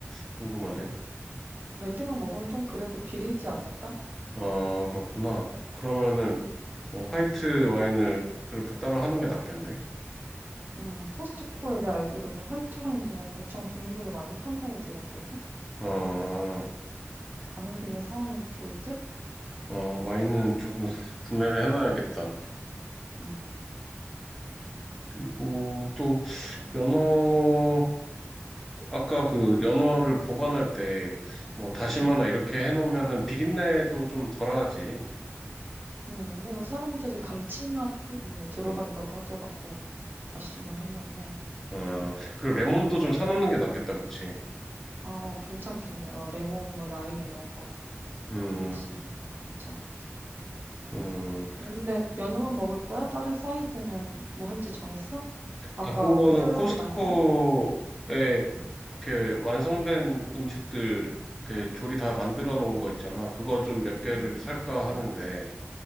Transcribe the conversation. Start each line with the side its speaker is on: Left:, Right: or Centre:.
Centre: 궁금하네.
Right: 레드랑 먹으면 좀 그래도 비리지 않을까?
Centre: 아 그렇구나. 그러면은 뭐 화이트 와인을 그래도 따로 하는 게 낫겠네.
Right: 음, 코스트코에 내가 알기로는 화이트 와인도 막 엄청 종류별로 많이 판다고 들었거든?
Centre: 아,
Right: 가는 김에 사오면 좋을 듯?
Centre: 어, 와인은 조금 구매를 해놔야겠다.
Right: 음,
Centre: 그리고 또
Right: 음.
Centre: 연어 아까 그 연어를 보관할 때 뭐 다시마나
Right: 음,
Centre: 이렇게 해놓으면은 비린내도 좀 덜하지.
Right: 음. 뭐 사람들이 감칠맛 뭐 들어간다고
Centre: 응.
Right: 하더라고. 다시마 해놓으면.
Centre: 아 그리고 레몬도
Right: 음.
Centre: 좀 사놓는 게 낫겠다, 그치?
Right: 아, 어, 괜찮겠네. 어, 레몬, 뭐 라임 이런 거
Centre: 음.
Right: 같이 하면 괜찮을 듯.
Centre: 음,
Right: 근데 연어만 먹을 거야? 다른 사이드는 뭐 할지 정했어? 아까
Centre: 다른 거는
Right: 그 샐러드
Centre: 코스트코에
Right: 말고? 응
Centre: 이렇게 완성된 음식들, 이렇게 조리 다 만들어 놓은 거 있잖아. 그거 좀 몇 개를
Right: 응.
Centre: 살까
Right: 아,
Centre: 하는데,